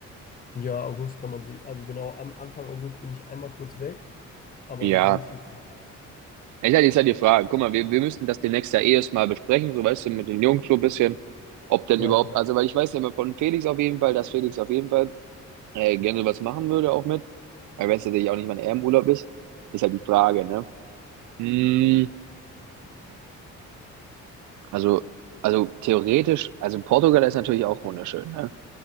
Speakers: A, on the left (about 30°); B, on the right (about 75°).
A: Ja, August kann man sich, also genau, am Anfang August bin ich einmal kurz weg, aber
B: Ja.
A: ansonsten,
B: Ich hatte jetzt halt die Frage, guck mal, wir, wir müssen das demnächst ja eh erst mal besprechen, so weißt du, mit den Jungs so ein bisschen, ob denn
A: ja,
B: überhaupt,
A: ist ja.
B: also weil ich weiß ja immer von Felix auf jeden Fall, dass Felix auf jeden Fall äh, gerne was machen würde auch mit, weil wenn es natürlich auch nicht mein Ehrenurlaub ist, ist halt die Frage, ne? Hm, Also, also theoretisch, also Portugal ist natürlich auch wunderschön, ne?